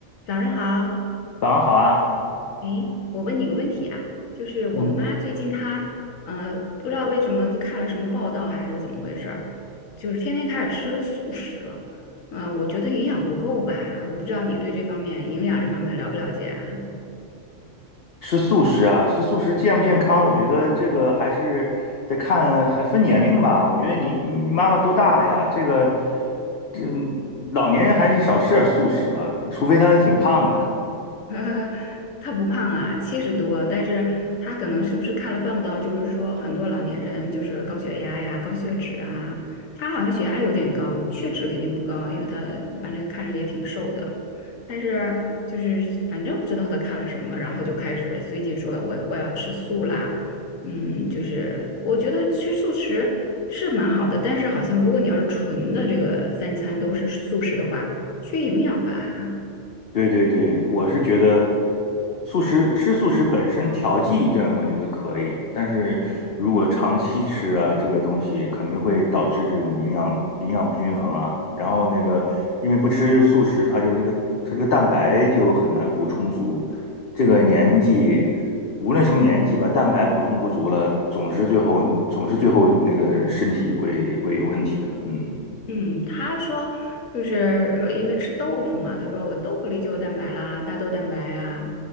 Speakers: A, on the left; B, on the left.
A: 早上好，
B: 早上好啊，
A: 诶，我问你个问题啊，就是我妈最近她，
B: 嗯，
A: 呃，不知道为什么就看了什么报道还是怎么回事儿，就是天天开始吃素食了，嗯、我觉得营养不够吧，我不知道你对这方面营养这方面了不了解啊？
B: 吃素食啊，吃素食健不健康？我觉得这个还是得看，还分年龄吧。我觉得你你妈妈多大了呀？这个，这老年人还是少吃点素食吧，除非她是挺胖的。
A: <laughs> 他不胖啊，七十多，但是他可能是不是看了报道，就是说很多老年人就是高血压呀、高血脂啊，他好像血压有点高，血脂肯定不高，因为他反正看着也挺瘦的，但是就是反正不知道他看了什么，然后就开始最近说我我要吃素啦，嗯，就是我觉得吃素食是蛮好的，但是好像如果你要是纯的这个三餐都是素食的话，缺营养吧。
B: 对对对，我是觉得素食吃素食本身调剂一阵，我觉得可以。但是如果长期吃啊，这个东西肯定会导致这种营养营养不均衡啊。然后那个，因为不吃素食，它就是这个它这个蛋白就很难补充足。这个年纪，无论什么年纪吧，蛋白补充不足了，总是最后总是最后那个身体会会有问题的。嗯
A: 嗯，他说就是呃因为吃豆腐嘛，他说我豆腐里就有蛋白啦，大豆蛋白啊，